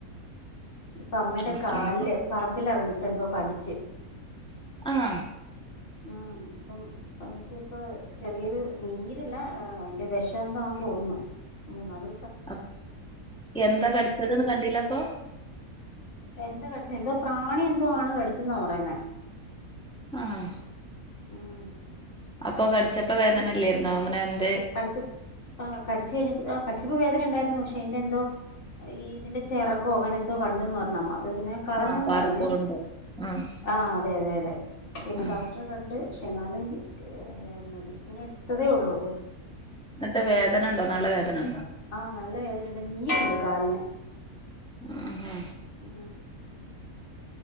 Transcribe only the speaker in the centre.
അപ്പൊ
ഇനിപ്പോ
ആഹ.
അ് എന്താ കടിച്ചതന്ന് കണ്ടീല്ല അപ്പൊ?
ആഹ.
അപ്പൊ കടിച്ചപ്പോ വേദന ഇല്ലായിരുന്നോ അങ്ങനെ എന്ത
ആഹ് പാറി
പോവ്ണ്ടോ ആഹ്
ആഹ്
നട്ട് വേദന ഉണ്ടോ നല്ല വേദന ഉണ്ടോ?
ആഹ്